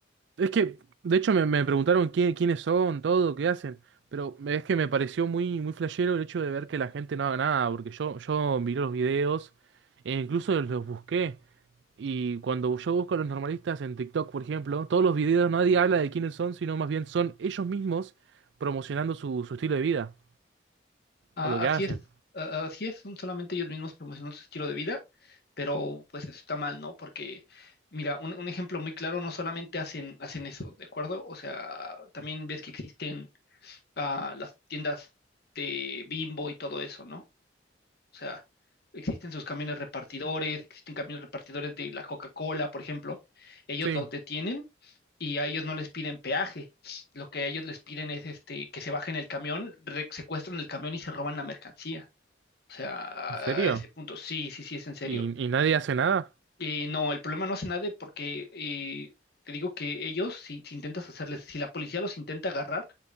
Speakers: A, on the right; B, on the left.
A: Es que, de hecho, me, me preguntaron quién- quiénes son, todo, qué hacen, pero me- es que me pareció muy, muy flashero el hecho de ver que la gente no haga nada, porque yo, yo miré los videos e incluso los busqué. Y cuando yo busco a los normalistas en TikTok, por ejemplo, todos los videos nadie habla de quiénes son, sino más bien son ellos mismos promocionando su, su estilo de vida.
B: Ah,
A: O lo que
B: así
A: hacen.
B: es, ah, así es, son solamente ellos mismos promocionando su estilo de vida, pero pues eso está mal, ¿no? Porque, mira, un, un ejemplo muy claro, no solamente hacen, hacen eso, ¿de acuerdo? O sea, también ves que existen ah, las tiendas de Bimbo y todo eso, ¿no? O sea, existen sus camiones repartidores, existen camiones repartidores de la Coca-Cola, por ejemplo. Ellos
A: Sí.
B: los detienen y a ellos no les piden peaje. Lo que a ellos les piden es este, que se bajen el camión, re- secuestran el camión y se roban la mercancía. O sea,
A: ¿En serio?
B: a ese punto, sí, sí, sí, es en serio.
A: ¿Y, y nadie hace nada?
B: Eh, no, el problema no hace nada porque eh, te digo que ellos, si, si intentas hacerles, si la policía los intenta agarrar,